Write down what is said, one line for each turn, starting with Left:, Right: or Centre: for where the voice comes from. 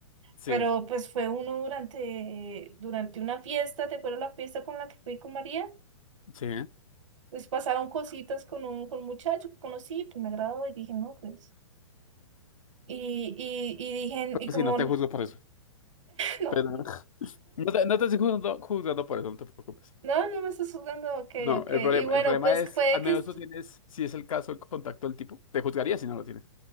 Left: sí,
Right: Pero pues fue uno durante, durante una fiesta, ¿te acuerdas la fiesta con la que fui con María?
Left: sí.
Right: Pues pasaron cositas con un, con un muchacho que conocí, pues me agradó y dije, no, pues. Y, y, y dije,
Left: Pues
Right: y como,
Left: sí, no te
Right: <laughs> no,
Left: juzgo por eso.
Right: no,
Left: Pero <laughs> no te, no te estoy juzgando, juzgando por eso, no te preocupes.
Right: no, no me estás jugando, ok,
Left: No,
Right: ok.
Left: el problema,
Right: Y bueno,
Left: el problema
Right: pues
Left: es,
Right: puede
Left: al
Right: que,
Left: menos
Right: es-
Left: tú tienes, si es el caso, el contacto del tipo. Te juzgaría si no lo tienes.